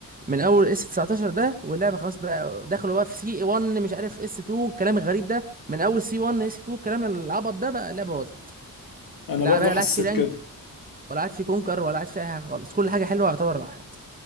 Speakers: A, on the right; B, on the left.
A: من اول اس 19 ده واللعبه خلاص بقى دخلوا بقى في سي 1 مش عارف اس 2 الكلام الغريب ده من اول سي 1 اس 2 الكلام العبط ده بقى اللعبه باظت
B: انا
A: لا
B: برضو
A: بقى
B: حسيت
A: لا قعدت في رانك
B: كده
A: ولا قعدت في كونكر ولا قعدت في اي حاجه خالص كل حاجه حلوه يعتبر راحت